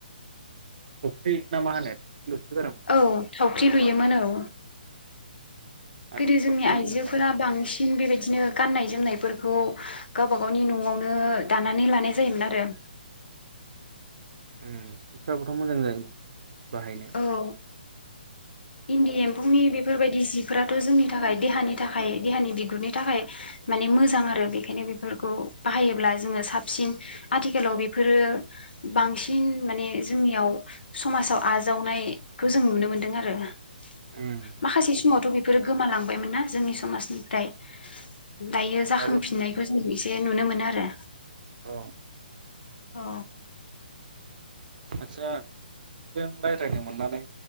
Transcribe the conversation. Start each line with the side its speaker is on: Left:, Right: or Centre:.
Right: <inaudible> फुख्रि ना मा होनो? लुसो गारोमोन ना
Left: औ थावख्रि लुयोमोन
Right: माबा
Left: औ
Right: आथिखालावथ'
Left: गोदो जोंनि
Right: नुनो
Left: आइजोफोरा
Right: मोनला
Left: बांसिन बेबायदिनो गाननाय जोमनायफोरखौ गावबा गावनि न'आवनो दानानै लानाय जायोमोन आरो
Right: उम सिफ्राबोथ' मोजां जायोमोन बाहायनो
Left: औ इन्दि एम्फौनि बेफोरबायदि जिफोराथ' जोंनि थाखाय देहानि थाखाय देहानि बिगुरनि थाखाय माने मोजां आरो बेखायनो बेफोरखौ बाहायोब्ला जोङो साबसिन आथिखालाव बेफोरो बांसिन माने जोंनियाव समाजाव आजावनायखो जों नुनो मोनदों आरो। <inaudible>
Right: उम
Left: माखासे समावथ' बि बेफोरो गोमालांबायमोन ना जोंनि समाजनिफ्राय दायो जाखांफिननायखौ
Right: दाबो
Left: जों एसे ए नुनो मोनो आरो
Right: अ।
Left: अ
Right: आदसा नोंथांजों रायज्लायनो मोननानै